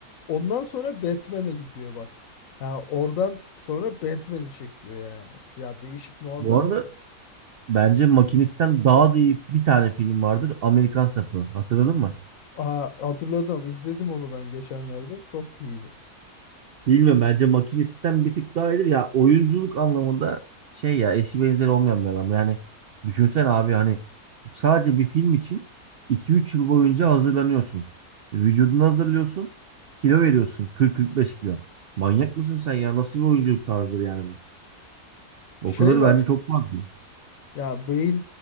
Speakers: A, on the left (about 65°); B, on the right (about 85°).
A: ondan sonra Batman'e gidiyor bak. Yani oradan sonra Batman'i çekiyor ya. Ya değişik muazzam
B: Bu arada
A: bir şey.
B: bence Makinist'ten daha da iyi bir tane film vardır. Amerikan Sapı. Hatırladın mı?
A: Aa, hatırladım izledim onu ben geçenlerde. Çok iyiydi.
B: Bilmiyorum bence makine sistem bir tık daha iyidir. Ya oyunculuk anlamında şey ya eşi benzeri olmayan bir adam. Yani düşünsen abi hani sadece bir film için iki üç yıl boyunca hazırlanıyorsun. Vücudunu hazırlıyorsun. Kilo veriyorsun. kırk kırk beş kilo. Manyak mısın sen ya? Nasıl bir oyunculuk tarzıdır yani bu? O
A: Şey
B: kadar
A: var
B: bence çok fazla.
A: ya Bale